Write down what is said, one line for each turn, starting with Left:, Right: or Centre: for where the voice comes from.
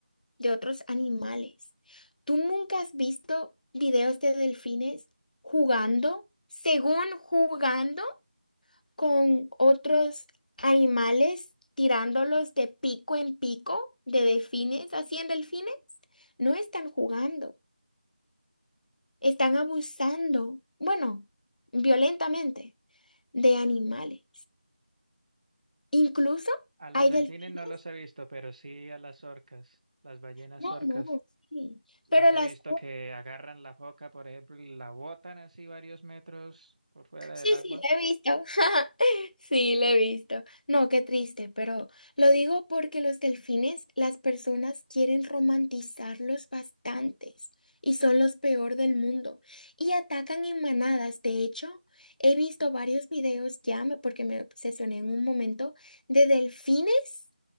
Left: de otros animales. ¿Tú nunca has visto videos de delfines jugando, según jugando con otros animales, tirándolos de pico en pico, de delfines, así en delfines? No están jugando, están abusando, bueno, violentamente, de animales. Incluso
Right: a los
Left: hay
Right: delfines
Left: delfines
Right: no los he visto, pero sí a las orcas, las ballenas
Left: No,
Right: orcas.
Left: no, sí.
Right: Las
Left: Pero las...
Right: he visto que agarran la foca, por ejemplo, y la botan así varios metros por fuera
Left: Sí,
Right: del agua.
Left: sí, la he visto. <laughs> Sí, la he visto. No, qué triste, pero lo digo porque los delfines, las personas quieren romantizarlos bastantes y son los peor del mundo y atacan en manadas. De hecho, he visto varios videos ya, me- porque me obsesioné en un momento, de delfines